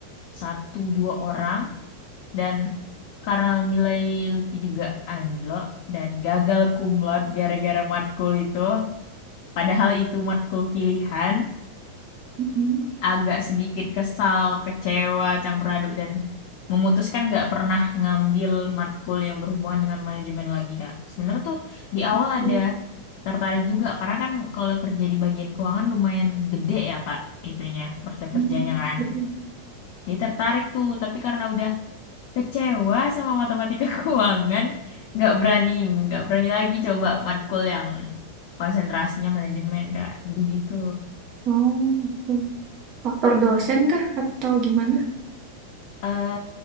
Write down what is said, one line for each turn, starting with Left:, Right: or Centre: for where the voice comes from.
Left: satu dua orang dan karena nilai Lutfi juga anjlok dan gagal kumlot gara-gara matkul itu padahal itu matkul pilihan
Right: Mm-mm.
Left: agak sedikit kesal, kecewa, campur aduk dan memutuskan nggak pernah ngambil matkul yang berhubungan dengan manajemen lagi Kak. Sebenarnya tuh di awal
Right: Betul.
Left: ada tertarik juga karena kan kalau kerja di bagian keuangan lumayan gede ya Kak itunya prospek
Right: Mm-mm.
Left: kerjanya kan.
Right: Betul.
Left: Dia tertarik tuh tapi karena udah kecewa sama matematika <laughs> keuangan nggak berani nggak berani lagi coba matkul yang konsentrasinya manajemen Kak. Jadi gitu.
Right: Oh, betul. Faktor dosen kah atau gimana?
Left: Eh,